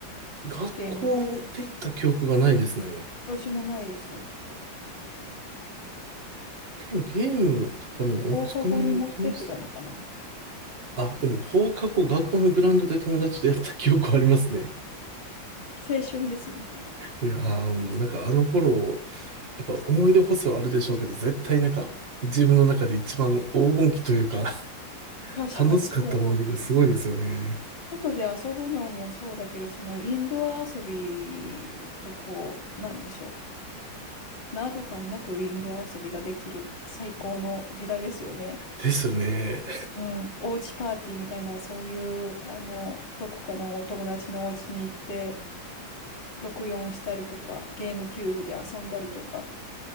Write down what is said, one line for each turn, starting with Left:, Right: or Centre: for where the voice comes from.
Right: 学校は持って行った記憶がないですね。
Left: ゲーム。私もないです。
Right: 多分ゲームとかの持ち込みを気にし、
Left: 放課後に持ってってたのかな。
Right: あ、でも放課後学校のグラウンドで友達とやった記憶はありますね。
Left: 青春ですね。
Right: いやーもうなんかあの頃、やっぱ思い出補正はあるでしょうけど、絶対なんか自分の中で一番黄金期というか、<laughs>
Left: 確かに黄金期です。
Right: 楽しかった思い出がすごいですよね。
Left: 外で遊ぶのもそうだけど、そのインドア遊びとこう、なんでしょう。など感なくインドア遊びができる最高の時代ですよね。
Right: ですよね。
Left: うん、おうちパーティーみたいな、そういう、あの、どこかのお友達のお家に行って、64したりとか、ゲームキューブで遊んだりとか、